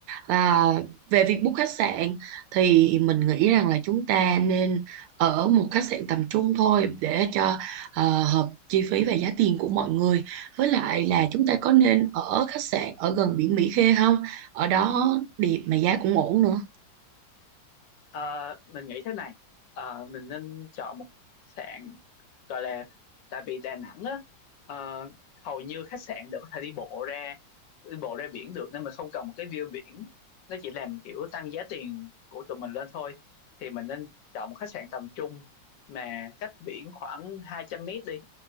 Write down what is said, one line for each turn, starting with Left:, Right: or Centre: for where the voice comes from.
Right: và về việc book khách sạn thì mình nghĩ rằng là chúng ta nên ở một khách sạn tầm trung thôi để cho ờ, hợp chi phí và giá tiền của mọi người với lại là chúng ta có nên ở khách sạn ở gần biển Mỹ Khê không ở đó đẹp mà giá cũng ổn nữa
Left: Ờ, mình nghĩ thế này Ờ, mình nên chọn một khách sạn gọi là tại vì Đà Nẵng á ờ, hầu như khách sạn đều có thể đi bộ ra đi bộ ra biển được nên mình không cần một cái view biển nó chỉ làm kiểu tăng giá tiền của tụi mình lên thôi thì mình nên chọn một khách sạn tầm trung mà cách biển khoảng 200 mét đi